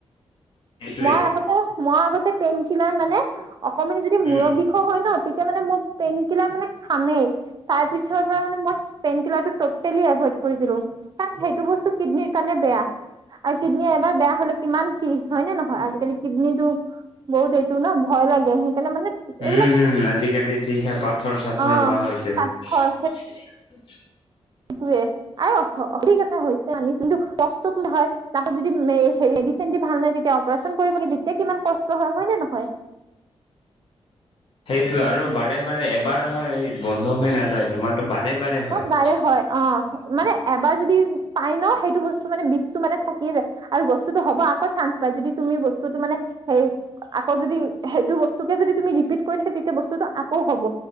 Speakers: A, on the left (about 55°); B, on the right (about 45°).
A: সেইটোৱে
B: মই আগতে, মই আগতে পেনকিলাৰ মানে অকমানো যদি মূৰৰ
A: উম
B: বিষো হয় ন', তে তেতিয়া মানে মোৰ, পেইনকিলাৰ মানে খামেই। তাৰপিছৰ পৰা মানে মই পেইনকিলাৰটো টটেলি এভইড কৰি দিলো। কাৰণ সেইটো বস্তু কিডনীৰ কাৰণে বেয়া আৰু কিডনী এবাৰ বেয়া হলে কিমান কি হয় নে নহয়, আজিকালি কিডনীটো বহুত এইটো ন, ভয় লাগে। সেইকাৰণে মানে এইবিলাক
A: উম, হুম, আজিকালি যিহে পাথৰ চাথৰ
B: অ
A: হোৱা হৈছে।
B: পাথৰ
A: এ <inaudible>
B: সেইটোৱে আৰু ঠিক আছে হৈছে আনিছোঁ, কিন্তু কষ্টটো হয় তাহঁতৰ যদি মেডিচিন দি ভাল নহয় তেতিয়া অপাৰচন কৰিব তেতিয়া কিমান কষ্ট হয় হয় নে নহয়।
A: সেইটোৱে আৰু বাৰে বাৰে বাৰ নহয় এই বন্ধ হৈ নাযায়, বেমাৰটো বাৰে বাৰে হয়।
B: বাৰে হয় অ মানে এবাৰ যদি পাই ন' সেইটো বস্তু মানে বিষটো মানে থাকিয়ে যায় আৰু বস্তুটো হ'ব আকৌ চাণ্স পায় যদি তুমি বস্তুটো মানে হেৰি আকৌ যদি সেইটো বস্তুকে যদি তুমি ৰিপিট কৰি থাকে তেতিয়া বস্তুটো আকৌ হ'ব,